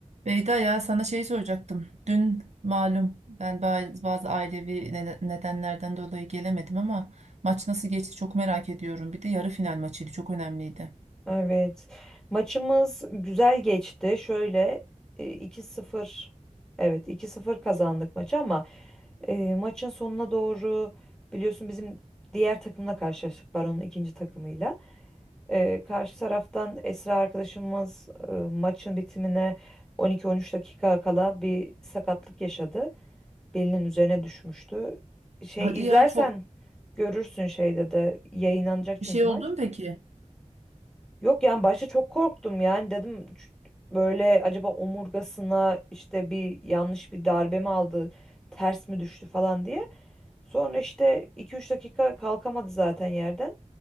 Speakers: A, on the right (about 60°); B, in the centre.
A: Beyda ya sana şey soracaktım. Dün malum ben bazı, bazı ailevi neden- nedenlerden dolayı gelemedim ama maç nasıl geçti çok merak ediyorum. Bir de yarı final maçıydı çok önemliydi.
B: Evet. Maçımız güzel geçti. Şöyle e, 2-0 evet iki sıfır kazandık maçı ama e, maçın sonuna doğru biliyorsun bizim diğer takımla karşılaştık. Baron'un ikinci takımıyla. E, karşı taraftan Esra arkadaşımız e, maçın bitimine 12-13 dakika kala bir sakatlık yaşadı. Belinin üzerine düşmüştü. Şey
A: Hadi
B: izlersen
A: ya çok
B: görürsün şeyde de yayınlanacak
A: bir
B: çünkü
A: şey
B: maç.
A: oldu mu peki?
B: Yok yani başta çok korktum yani dedim "Ç- böyle acaba omurgasına işte bir yanlış bir darbe mi aldı ters mi düştü falan diye. Sonra işte iki üç dakika kalkamadı zaten yerden.